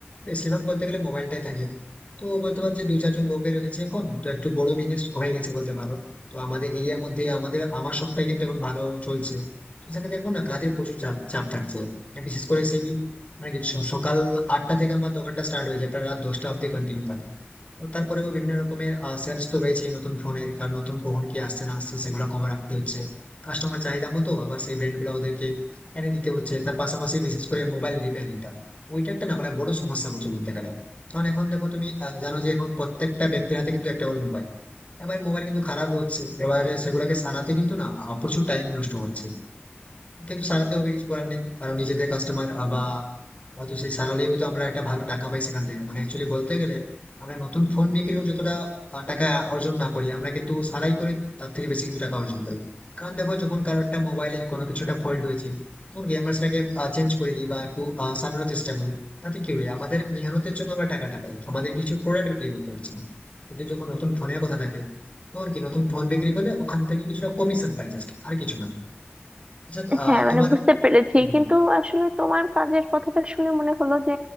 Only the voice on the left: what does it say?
বেশিরভাগ বলতে গেলে মোবাইলটাই থাকে তো বলতে পারো যে দুই চারজন লোকে রেখেছে এখন তো একটু বড় বিজনেস হয়ে গেছে বলতে পারো তো আমাদের এরিয়ার মধ্যে আমাদের আমার সবটাই কিন্তু এখন ভালো চলছে তো সেক্ষেত্রে দেখো না কাজের প্রচুর চাপ চাপ থাকছে বিশেষ করে সেই মানে কি স- সকাল আটটা থেকে আমার দোকানটা স্টার্ট হয়ে যায় প্রায় রাত দশটা অব্দি কন্টিনিউ থাকে ও তারপরেও বিভিন্ন রকমের সেলস তো রয়েছে নতুন ফোনের কারণ নতুন কখন কি আসছে না আসছে সেগুলো খবর রাখতে হচ্ছে কাস্টমার চাহিদা মতো আবার সেই ব্র্যান্ড গুলো ওদেরকে এনে দিতে হচ্ছে তার পাশাপাশি বিশেষ করে মোবাইল রিপেয়ারিংটা ওইটা একটা না মানে বড় সমস্যা বলছে বলতে গেলে কারণ এখন দেখো তুমি আহ, জানো যে এখন প্রত্যেকটা ব্যক্তির হাতে কিন্তু একটা করে মোবাইল এবার মোবাইল কিন্তু খারাপ হচ্ছে এবারে সেগুলোকে সারাতে কিন্তু না আহ, প্রচুর টাইম নষ্ট হচ্ছে কিন্তু সারাতে হবে কিছু করার নেই কারণ নিজেদের কাস্টমার বা হয়তো সেই সারালেই হয়তো আমরা একটা ভালো টাকা পাই সেখান থেকে মানে অ্যাকচুয়ালি বলতে গেলে আমরা নতুন ফোন বিক্রিও যতটা আহ, টাকা অর্জন না করি আমরা কিন্তু সারাই করে তার থেকে বেশি কিন্তু টাকা অর্জন করি কারণ দেখো যখন কারো একটা মোবাইলে কোনো কিছুটা ফল্ট হয়েছে তখন কি আমরা সেটাকে চেঞ্জ করে দিই বা একটু আহ, সারানোর চেষ্টা করি তাতে কি হয় আমাদের মেহনতের জন্য আমরা টাকাটা পাই আমাদের কিছু প্রোডাক্ট বিক্রি করতে পারছি না কিন্তু যখন নতুন ফোনের কথা থাকে তখন কি নতুন ফোন বিক্রি করলে ওখান থেকে কিছুটা কমিশন পাই জাস্ট আর কিছু না আচ্ছা আহ,
তোমার
হুম,